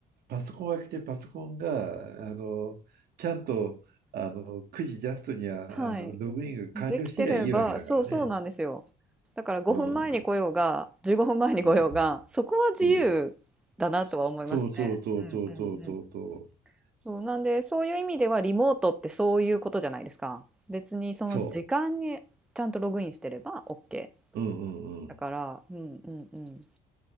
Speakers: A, on the right (about 65°); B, in the centre.
A: パソコンを開けてパソコンが、あの、ちゃんと、あの、9時ジャストには、
B: はい。
A: あの、ログインが完了してりゃいいわけだからね。
B: できてれば、そうそうなんですよ。だから5分前に来ようが、
A: うん、
B: 15分前に来ようが、
A: うん、
B: そこは自由だなとは思いますね。
A: うん。そうそうそうそうそうそうそう。
B: うんうんうん。そう、なんで、そういう意味ではリモートってそういうことじゃないですか。別にその時間にちゃんとログインしてれば
A: そ
B: OK。
A: う。うんうんうん。
B: だから、うんうんうん。